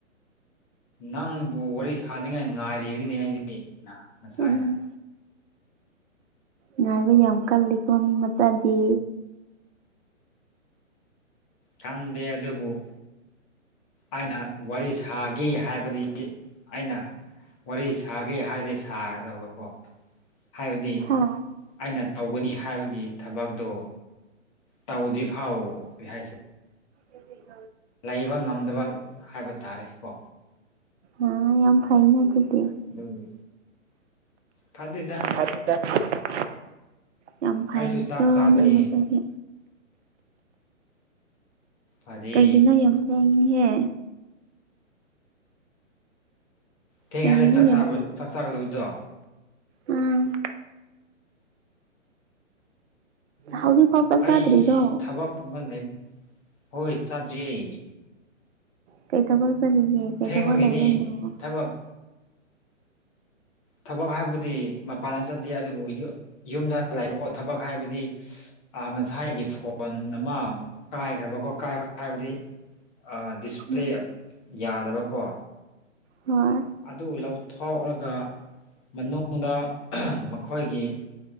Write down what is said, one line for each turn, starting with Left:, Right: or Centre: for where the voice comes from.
Left: ꯅꯪꯕꯨ ꯋꯥꯔꯤ ꯁꯥꯟꯅꯤꯡꯉꯥꯏ ꯉꯥꯏꯔꯤꯕꯗꯨꯅꯦ ꯑꯩꯗꯤ ꯅ ꯅꯁꯥꯏꯅ
Right: ꯎꯝ ꯉꯥꯏꯕ ꯌꯥꯝ ꯀꯜꯂꯤꯀꯣ ꯃꯤ ꯃꯆꯥꯗꯤ
Left: ꯀꯗꯦ ꯑ ꯑꯗꯨꯕꯨꯣ ꯑꯩꯅ ꯋꯥꯔꯤ ꯁꯥꯒꯤ ꯍꯥꯏꯕꯗꯤ ꯑꯩꯅ ꯋꯥꯔꯤ ꯁꯥꯒꯦ ꯍꯥꯏꯗꯤꯦ ꯁꯥꯒꯗꯕꯀꯣ ꯍꯥꯏꯕꯗꯤ
Right: ꯍꯥ
Left: ꯑꯩꯅ ꯇꯧꯒꯅꯤ ꯍꯥꯏꯕꯒꯤ ꯊꯕꯛꯇꯣ ꯇꯧꯗꯤ ꯐꯥꯎ ꯀ ꯍꯥꯏꯁꯦ
Right: ꯎ
Left: ꯂꯩꯕ ꯉꯝꯗꯕ ꯍꯥꯏꯕ ꯇꯥꯔꯦ ꯀꯣ
Right: ꯑ ꯌꯥꯝ ꯐꯩꯟ ꯑꯗꯨꯗꯤ
Left: ꯑꯗꯨꯒꯤ ꯐꯗꯦꯗ
Right: ꯍꯥꯏꯠꯇ <unintelligible> ꯌꯥꯝ ꯐꯩ
Left: ꯑꯩꯁꯨ ꯆꯥꯛ
Right: ꯀꯣ
Left: ꯆꯥꯗ꯭ꯔꯤꯌꯦ
Right: ꯃꯤ ꯃꯆꯥꯗꯤ
Left: ꯐꯗꯦ
Right: ꯀꯩꯒꯤꯅꯣ ꯌꯥꯝ ꯍꯣꯡꯉꯤꯍꯦ
Left: ꯊꯦꯡ
Right: ꯀꯩꯒꯤꯅꯣ
Left: ꯍꯥꯏꯅꯥꯛꯕ
Right: ꯌꯥꯝ ꯊꯦꯡ
Left: ꯆꯥꯛ ꯆꯥꯒꯗꯕꯗꯣ
Right: ꯎꯝ ꯍꯧꯖꯤꯛꯐꯥꯎ ꯆꯥꯛꯆꯥꯗ꯭ꯔꯤꯗꯣ
Left: ꯑꯩ ꯊꯕꯛꯀꯨꯝꯕ ꯂꯩ ꯍꯣꯏ ꯆꯥꯗ꯭ꯔꯤ ꯑꯩ
Right: ꯀꯩ ꯇꯕꯛ ꯆꯠꯂꯤꯒꯦ ꯀꯩ
Left: ꯊꯦꯡꯕꯒꯤꯅꯤ
Right: ꯊꯕꯛ ꯂꯩꯕꯩꯅꯣ ꯎꯝ
Left: ꯊꯕꯛ ꯊꯕꯛ ꯍꯥꯏꯕꯨꯗꯤ ꯃꯄꯥꯟꯗ ꯆꯠ ꯑꯗꯨꯕꯨ ꯌꯨꯝꯗ ꯂꯩꯕꯀꯣ ꯊꯕꯛ ꯍꯥꯏꯕꯗꯤ ꯉꯁꯥꯏꯒꯤ ꯐꯣꯟ ꯑꯃ ꯀꯥꯏꯈ꯭ꯔꯕꯀꯣ ꯀꯥꯏꯕ ꯍꯥꯏꯕꯗꯤ ꯑ ꯗꯤꯁꯄ꯭ꯂꯦ
Right: ꯎꯝ
Left: ꯌꯥꯗꯕꯀꯣ
Right: ꯍꯨꯝ
Left: ꯑꯗꯨ ꯂꯧꯊꯣꯛꯔꯒ ꯃꯅꯨꯡꯗ ꯃꯈꯣꯏꯒꯤ